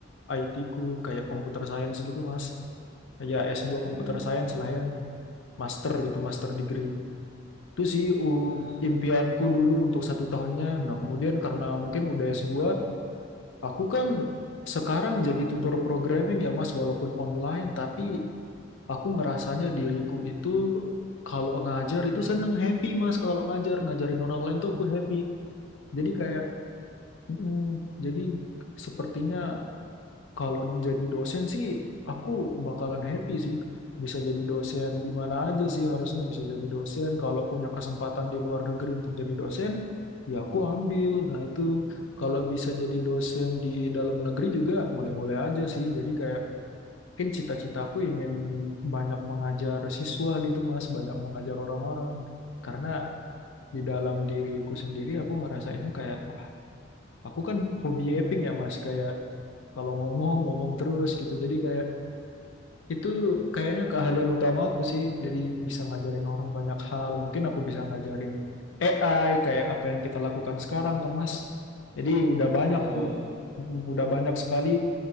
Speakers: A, on the left; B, on the right.
A: IT ku kayak computer science gitu, Mas. Ya S2
B: Hmm.
A: computer science lah ya, master gitu, master degree. Itu sih
B: Wah,
A: u- impianku dulu untuk satu tahunnya. Nah, kemudian karena mungkin udah S2, aku kan sekarang jadi tutor programming ya Mas, walaupun online, tapi aku ngerasanya diriku itu kalau ngajar itu seneng happy mas kalau ngajar ngajarin orang lain tuh aku happy jadi kayak mm, jadi sepertinya kalau jadi dosen sih aku bakalan happy sih bisa jadi dosen di mana aja sih harusnya bisa jadi dosen kalau punya kesempatan di luar negeri untuk jadi dosen ya aku ambil nah itu kalau bisa jadi dosen di dalam negeri juga boleh-boleh aja sih jadi kayak Mungkin cita-citaku ingin banyak mengajar siswa gitu Mas, banyak mengajar orang-orang. Karena di dalam diriku sendiri aku ngerasainnya kayak, wah aku kan hobi yaping ya Mas, kayak kalau ngomong, ngomong terus gitu. Jadi kayak itu kayaknya keahlian utama aku sih. Jadi bisa ngajarin orang banyak hal. Mungkin aku bisa ngajarin AI kayak apa yang kita lakukan sekarang kan Mas. Jadi udah banyak
B: betul.
A: tuh, Mm, udah banyak sekali